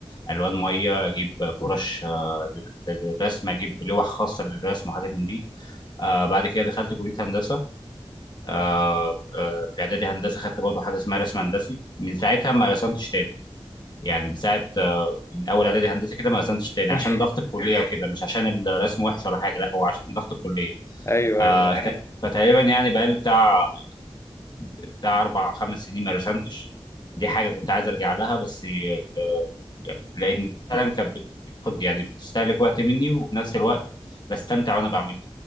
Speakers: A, on the left; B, on the left.
A: الوان ميه اجيب فرش آه، لل- للرسم اجيب لوح خاصه للرسم وحاجات من دي آه بعد كده دخلت كليه هندسه آه آه في اعدادي هندسه خدت برضه حاجه اسمها رسم هندسي من ساعتها ما رسمتش تاني يعني من ساعه من اول اعدادي هندسه كده ما قسمتش تاني
B: <laughs>
A: عشان ضغط الكليه وكده مش عشان الرسم وحش ولا حاجه لا هو عشان ضغط الكليه
B: ايوه
A: آه
B: ايوه ايوه
A: ت- فتقريبا يعني بقالي بتاع بتاع اربع خمس سنين ما رسمتش دي حاجه كنت عايز ارجع لها بس آه لان فعلا كانت بتاخد يعني بتستهلك وقت مني وفي نفس الوقت بستمتع وانا بعملها